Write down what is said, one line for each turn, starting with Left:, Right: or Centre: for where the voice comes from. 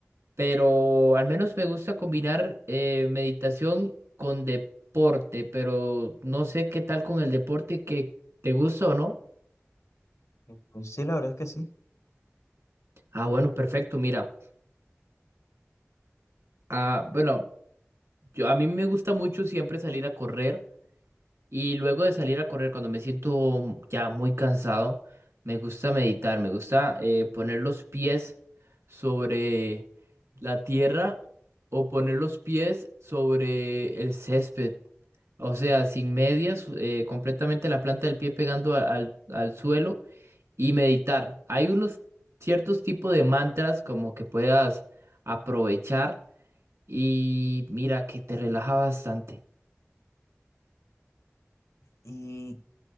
Right: pero al menos me gusta combinar eh, meditación con deporte, pero no sé qué tal con el deporte que te gusta o no.
Left: Mm, Pues sí, la verdad es que sí.
Right: Ah, bueno, perfecto, mira. Ah, bueno, yo, a mí me gusta mucho siempre salir a correr. Y luego de salir a correr, cuando me siento ya muy cansado, me gusta meditar, me gusta eh, poner los pies sobre la tierra o poner los pies sobre el césped. O sea, sin medias, eh, completamente la planta del pie pegando a- al, al suelo y meditar. Hay unos ciertos tipos de mantras como que puedas aprovechar y mira que te relaja bastante.
Left: Y